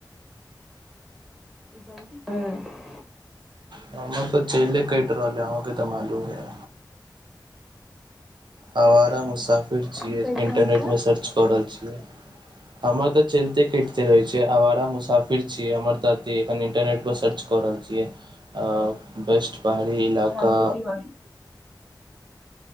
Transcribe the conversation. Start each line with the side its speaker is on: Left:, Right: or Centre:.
Centre: जल्द ह <inaudible>
Right: हमर तऽ चेले कटि रहल है अहूँके तऽ मालूमे अय आवारा मुसाफ <unintelligible> छियै
Centre: की कहि रहल
Right: इंटरनेट
Centre: छै
Right: में सर्च कर रहल छियै हमर तऽ चलिते कटिते रहै छै आवारा मुसाफिर छीयै हमर दती <unintelligible> एखन इंटरनेट पर सर्च कर रहल छियै अ बेस्ट पहाड़ी इलाका
Centre: रेसिपी वगैरह।